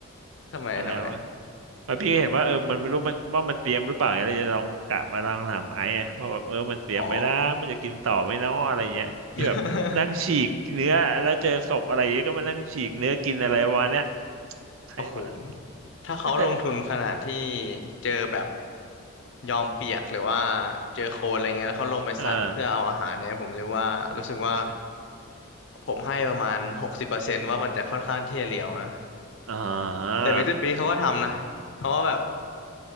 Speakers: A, on the left (about 60°); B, on the right (about 75°).
A: ทำไมทำไม
B: อะไรวะแล้วพี่ก็เห็นว่าเออมันไม่รู้มันว่ามันเตรียมหรือเปล่าอะไรจะลองกะมาลองถามไอ้อะว่าแบบเออมันเตรียมไหมนะมันจะกินต่อไหมเนาะอะไรเงี้ยที่แบบนั่งฉีกเนื้อแล้วเจอศพอะไรเงี้ยก็มานั่งฉีกเนื้อกินอะไรวะเนี้ย
A: อ๋อ <laughs>
B: ใครวะ
A: โอ้โหถ้าเขาลงทุนขนาดที่
B: <laughs>
A: เจอแบบยอมเปียกหรือว่าเจอโคลนอะไรเงี้ยแล้วเขาลงไปซัดเพื่อเอาอาหารเนี่ยผมเรียกว่ารู้สึกว่า
B: อ่า
A: ผมให้ประมาณหกสิบเปอร์เซนต์ว่ามันจะค่อนข้างที่จะเหลียวนะ
B: อ่า
A: แต่มิสเตอร์บีเขาก็ทำนะเขาว่าแบบ